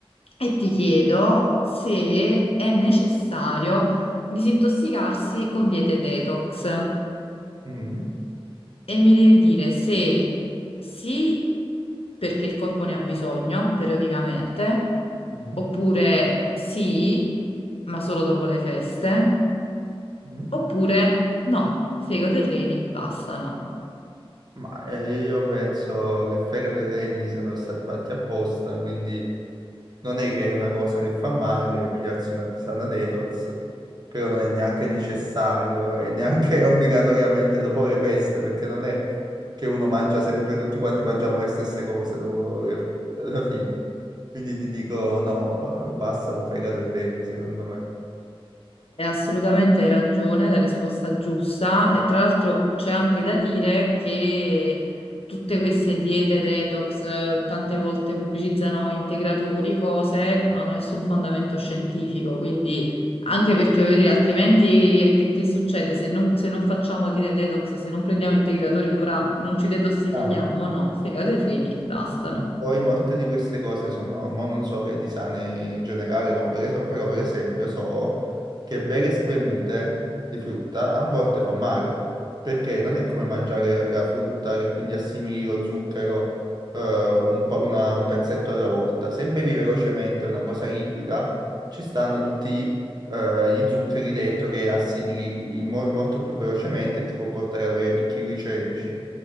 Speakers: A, on the left; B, on the right.
A: e ti chiedo se è necessario disintossicarsi con diete detox.
B: Mm, mm,
A: E mi devi dire se sì, perché il corpo ne ha bisogno periodicamente,
B: mm.
A: oppure sì, ma solo dopo le feste,
B: mm.
A: oppure no, fegato e reni bastano.
B: Ma eh, io penso che fegato e reni siano stati fatti apposta, quindi non è che è una cosa che fa male pigliarsi una tisana detox, però non è neanche necessario e neanche <laughs> obbligatoriamente dopo le feste, perché non è che uno mangia sempre, tutti quanti mangiamo le stesse cose dopo le feste, alla fine. Quindi ti dico no, eh, bastano fegato e reni, secondo me.
A: E assolutamente hai ragione, la risposta giusta. E tra l'altro c'è anche da dire che tutte queste diete detox eh, tante volte pubblicizzano integratori, cose, non hanno nessun fondamento scientifico. Quindi, anche perché voglio dire, altrimenti che, che succede? Se non, se non facciamo diete detox, se non prendiamo integratori, allora non ci detossifichiamo?
B: Amo.
A: No, fegato e reni, bastano.
B: Poi molte di queste cose sono, mo non so le di sane in generale, no, per es- però per esempio so che bere spremute di frutta a volte fa male, perché non è come mangiare la frutta che quindi assimili lo zucchero eh, un, po- una- un pezzetto alla volta. Se bevi velocemente una cosa liquida, ci stanno tutti eh, gli zuccheri dentro che assimili in mo- molto più velocemente e ti può portare ad avere picchi glicemici.